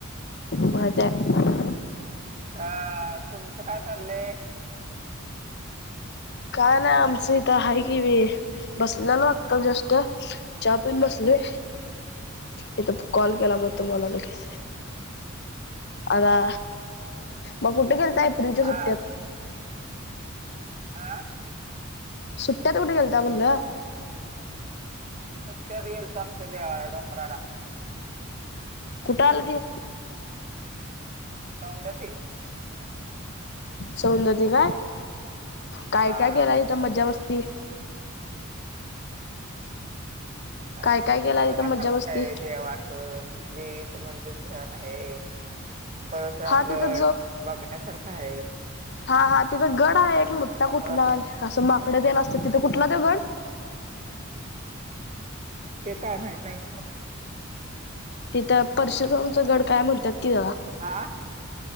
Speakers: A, on the left; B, on the right.
A: माहित आहे.
B: अ तुमचं काय चाललंय?
A: काय नाही आमचं इथ हाय की बी बसल्यालो आता जस्ट. चहा पिऊन बसलोय, इथ कॉल केला मग तुम्हाला लगेच. आता मग कुठे गेलता एप्रिलच्या सुट्ट्यात?
B: आ आं.
A: सुट्ट्यात कुठे गेलता म्हटलं?
B: सुट्यात गेलतो आमच्या देवाला डोंगराला.
A: कुठं आलं ते?
B: सौंदती.
A: सौंदती काय? काय-काय
B: हा
A: केला तिथं मज्जा मस्ती?
B: अ
A: काय काय केला
B: बघण्यासारखं
A: तिथं मज्जा मस्ती
B: आहे देवाचं, देवीचं मंदिर छान आहे. परशरामगड
A: हा तिथं
B: बघण्यासारखा आहे.
A: हां हां तिथं गड आहे एक मोठा
B: डोंगरातून
A: कुठला असं माकड तेन असत्यात तिथं कुठला त्यो गड?
B: ते काय माहित नाही.
A: तिथं परशुरामचा गड काय म्हणतात कि त्याला
B: हा